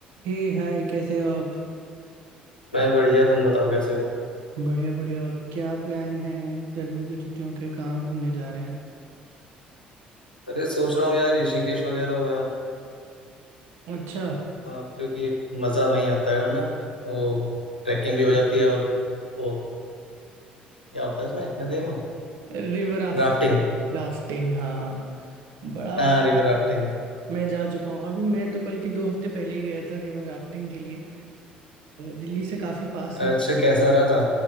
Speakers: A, on the right; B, on the left.
A: हे hi कैसे हो आप
B: मैं बढ़िया तुम बताओ कैसे हो
A: बढ़िया बढ़िया क्या प्लान है गर्मी की छुट्टियों के कहाँ घूमने जा रहे हैं
B: अरे सोच रहा हूँ यार ऋषिकेश वगैरह हो आऊँ
A: अच्छा
B: वहाँ पे कि मजा वहीं आता है ना वो ट्रैकिंग भी हो जाती है और वो क्या होता है इसमें नदी में
A: River raft
B: राफ्टिंग
A: राफ्टिंग हाँ बड़ा
B: हाँ रिवर राफ्टिंग
A: मैं जा चुका हूँ अभी मैं तो बल्कि दो हफ्ते पहले ही गया था रिवर राफ्टिंग के लिए अ, दिल्ली से काफ़ी पास
B: अच्छा
A: है
B: कैसा रहा था